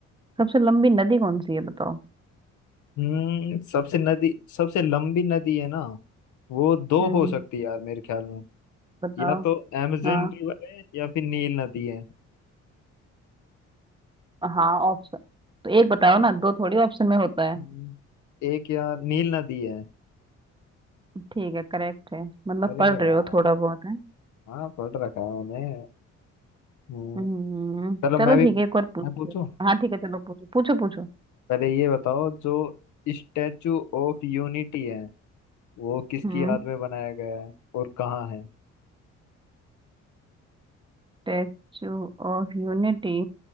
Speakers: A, on the right; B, on the left.
A: सबसे लंबी नदी कौन सी है बताओ
B: हम्म सबसे नदी सबसे लंबी नदी है ना वो दो
A: हम्म
B: हो सकती है यार मेरे ख्याल में
A: बताओ
B: या तो अमेजन
A: हाँ
B: रिवर है या फिर नील नदी है
A: हाँ ऑप्शन तो एक बताओ ना दो थोड़ी ऑप्शन में होता है
B: हम्म, एक यार नील नदी है
A: ठीक है करेक्ट है मतलब
B: अरे
A: पढ़
B: वाह
A: रहे हो थोड़ा बहुत है
B: हाँ पढ़ रखा है मैंने हम्म,
A: हम्म
B: चलो
A: चलो
B: मैं भी
A: ठीक
B: मैं
A: है एक और पूछती
B: पूछूं
A: हूँ हाँ ठीक है चलो पूछो पूछो पूछो
B: पहले ये बताओ जो स्टैचू ऑफ यूनिटी है वो किसकी
A: हम्म
B: याद में बनाया गया है और कहाँ है
A: स्टेचू ऑफ यूनिटी